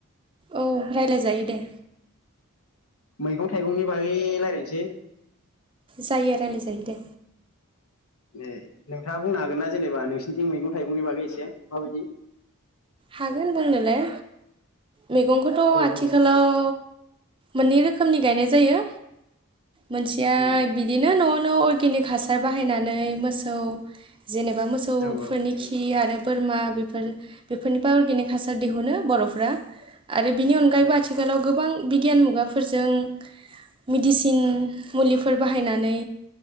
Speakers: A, on the right; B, on the left.
A: औ रायलाय जायो, दे।
B: मैगं थाइगंनि बागै रायलायनोसै।
A: जायो रायलायजायो दे
B: जेरै नों थाङा बुंनो हागोन ना जेनेबा नोंसिनिथिं मैगं थाइगंनि बागै एसे मा बायदि?
A: हागोन बुंनोलाय मैगंखौथ' आथिखालाव
B: बुंलाय
A: मोननै रोखोमनि गायनाय जायो। मोनसेया
B: उम
A: बिदिनो न'आवनो अर गेनिक हासार बाहायनानै मोसौ जेनोबा मोसौफोरनि
B: औ
A: खि आरो बोरमा बेफोर बेफोरनिफ्राय अरगेनिक हासार दिहुनो बर'फ्रा आरो बिनि अनगायैबो
B: औ
A: आथिखालाव गोब बां बिगियान मुगाफोरजों मेडिसिन मुलिफोर बाहायनानै